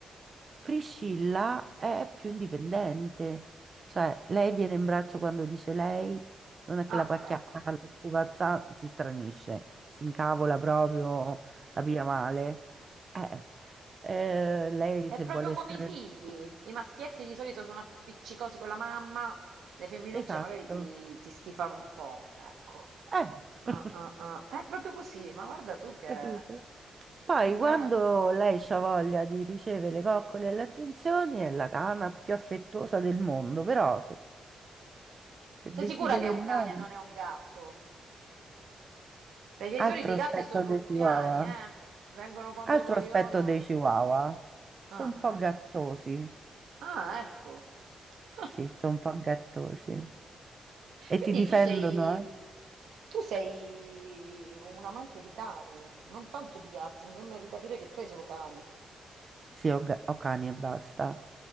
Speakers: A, on the right (about 30°); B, on the right (about 85°).
A: Priscilla è più indipendente, cioè lei viene in braccio quando dice lei, non è
B: ah,
A: che la puoi acchiappare,
B: ecco.
A: la spupazza, si stranisce, si incavola proprio, la piglia male. Eh, eh, lei
B: È
A: se
B: proprio
A: vuole
B: come
A: stare...
B: i figli. I maschietti di solito sono appiccicosi con la mamma, le femminucce
A: Esatto,
B: magari ti, ti schifano un po', ecco.
A: eh,
B: Ah,
A: <laughs>
B: ah, ah. È proprio così, ma guarda tu che...
A: capito?
B: È
A: Poi
B: vero.
A: quando lei ha voglia di ricevere le coccole e le attenzioni è la cana più affettuosa del mondo, però se, se
B: Sei
A: decide
B: sicura che
A: che
B: è un
A: no,
B: cane e non è un gatto? Perché
A: altro
B: di solito i
A: aspetto
B: gatti sono ruffiani,
A: dei Chihuahua,
B: eh? Vengono quando
A: altro
B: vogliono
A: aspetto
B: loro.
A: dei Chihuahua, sono
B: Ah,
A: un po'
B: ecco.
A: gattosi,
B: Ah, ecco. <laughs>
A: sì, sono un po' gattosi e
B: Quindi
A: ti difendono,
B: tu sei,
A: eh?
B: tu sei un amante di cani, non tanto di gatti. Mi sembra di capire che tu hai solo cani.
A: Sì, ho, ga- ho cani e basta.